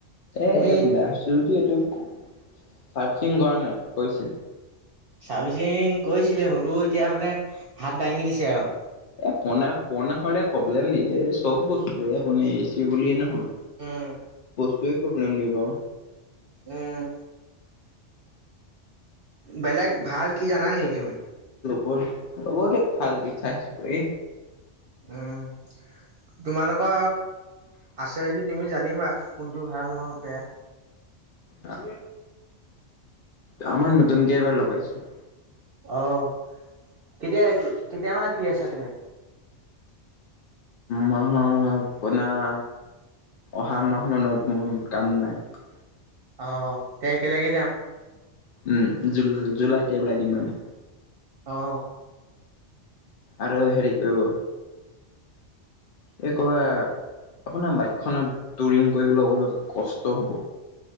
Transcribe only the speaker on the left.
এ
বেয়া হৈছে যদিও এইট চাৰ্ভিসিং কৰান নাই কৈছে।
এ পোনে পৰনা হ'লে প্ৰব্লেম ন এই চব বস্তুয়েই এই বুলি এচি বুলিয়ে নহয়।
কিহত প্ৰব্লম দিয়ে বাও।
ব'ল ল'ব দিয়ক ফাল পিঠাইছ কৰি।
আ। আমাৰ নতুনকে এবাৰ লগাইছো।
মাহত আপোনাৰ অহা মাহ মানত মোৰ কাম নাই।
উম জুল জুলাইতে ওলাই দিম আমি।
আৰু হেৰি কৰিব। এই ক'বাৰ আপোনাৰ বাইকখনত টোৰিং কৰিবলৈ অলপ কষ্ট হ'ব।